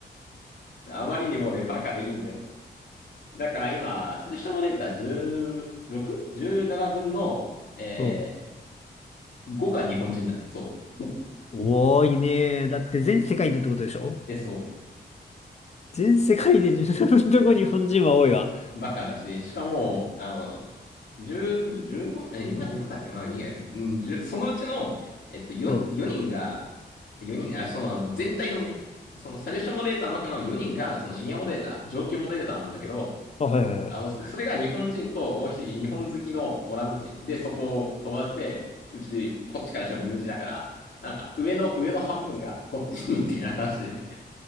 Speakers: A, on the left; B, on the left.
A: <laughs> あまりにもね、バカでいいんだよ。だから今、サジェスションモデレーター 16?17 分の、え
B: うん。
A: ー、5が日本人だね。そう。
B: 多いね。だって全世界でってことでしょ
A: え、そ
B: 全世界で自分のとこ日本人は多いわ。
A: う、バカだし、しかも、あの、1ん ?15、え、今16だっけまあいいや、
B: うん。
A: うん、1そのうちの、えっと、4、
B: うん
A: 四人が、4人、あ、その、あの、全体の、その、サジェスションモデレーターの中の4人が、その、シニアモデレーター、上級モデレーターなんだけど、
B: あ、はいはいはい。
A: あの、そそれが日本人と、もう一人、日本好きのオランダ人。で、そこ、友達で、うち、こっちからしても身内だから、なんか、上の、上の半分が、こっちにっていう話で、